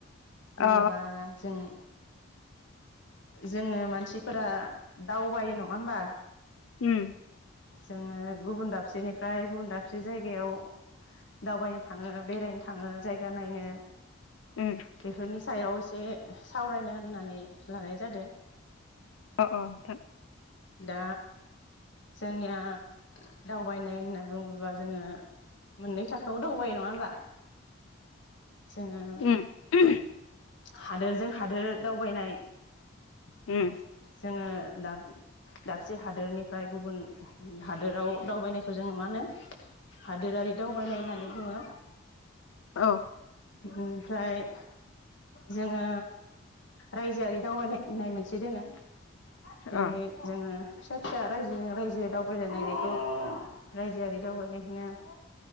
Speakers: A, on the left (about 60°); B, on the left (about 80°).
A: जेनेबा
B: अ
A: जों जोङो मानसिफोरा दावबायो नङा होमबा
B: उम।
A: जोङो गुबुन दाबसेनिफ्राय गुबुन दाबसे जायगायाव दावबायनो थाङो बेरायनो थाङो जायगा नायनो
B: उम
A: बेफोरनि सायाव एसे सावरायनो होननानै लानाय जादो।
B: अ अ नोंथां।
A: दा जोंनिया दावबायनाय होनना बुङोबा जोङो मोननै थाखोआव दावबायो नङा होमबा। जोङो
B: <inaudible>
A: हादोरजों हादोर दावबायनाय
B: उम।
A: जोङो दाब दाबसे हादोरनिफ्राय गुबुन हादोराव दावबायनाय खौ जों मा होनो हादोरारि दावबायनाय होननानै बुङो।
B: औ।
A: ओमफ्राय जोङो रायजोआरि दावबायनाय मोनसे दोङो। बे
B: अ
A: जोङो फिसा फिसा रायजो रायजो दावबायलायनायखौ रायजोआरि दावबायायनायहोनो